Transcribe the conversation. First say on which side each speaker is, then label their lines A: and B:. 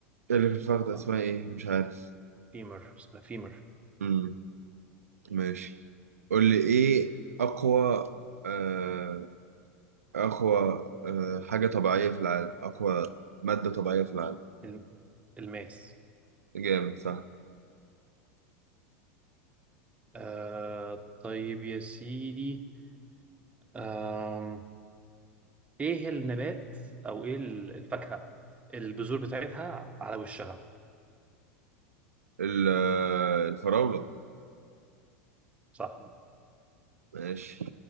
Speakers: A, on the right; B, on the right.
A: اللي في الفخده
B: صح
A: اسمها ايه مش عارف
B: فيمر اسمها فيمر
A: امم ماشي قول لي ايه اقوى آه، اقوى آه، حاجه طبيعيه في العالم اقوى ماده طبيعيه في العالم
B: الم- الماس
A: جامد صح
B: آه طيب يا سيدي آه ايه النبات او ايه ال- الفاكهة البذور بتاعتها على وشها
A: ال- آه، الفراوله
B: صح
A: ماشي